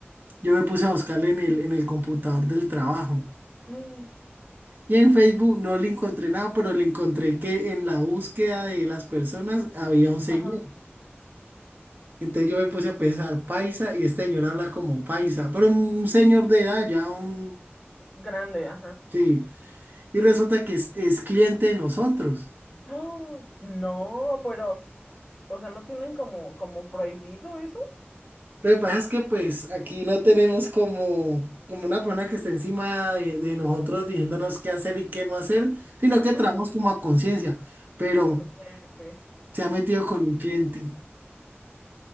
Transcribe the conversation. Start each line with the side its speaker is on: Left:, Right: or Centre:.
Right: yo me puse a buscarle en el, en el computador del trabajo.
Centre: Mm,
Right: Y en Facebook no le encontré nada, pero le encontré que en la búsqueda de las personas había un señor.
Centre: Ajá.
Right: Entonces yo me puse a pensar, paisa, y este señor habla como paisa, pero un señor de edad, ya un...
Centre: Grande, ajá.
Right: Sí, y resulta que es, es cliente de nosotros.
Centre: <gasps> ¡Ah! No, pero, o sea, ¿no tienen como, como prohibido eso?
Right: Lo que pasa es que pues aquí no tenemos como, como una persona que esté encima de, de nosotros diciéndonos qué hacer y qué no hacer, sino que
Centre: Ajá.
Right: trabajamos como a conciencia, pero
Centre: Ok, ok.
Right: se ha metido
Centre: No,
Right: con
Centre: pues,
Right: un cliente.